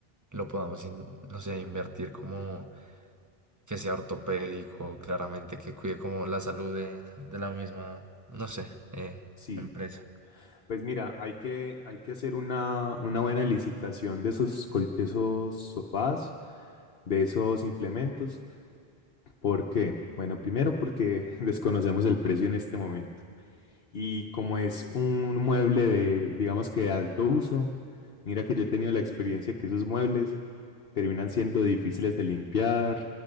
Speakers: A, on the right; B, on the left.
A: lo podamos, in- no sé, invertir como que sea ortopédico, claramente, que cuide como la salud de, de la misma, no sé, eh,
B: Sí,
A: empresa?
B: pues mira, hay que, hay que hacer una, una buena licitación de esos, col- de esos sofás, de esos implementos. ¿Por qué? Bueno, primero porque <laughs> desconocemos el precio en este momento. Y como es un mueble de, digamos que de alto uso, mira que yo he tenido la experiencia que esos muebles terminan siendo difíciles de limpiar,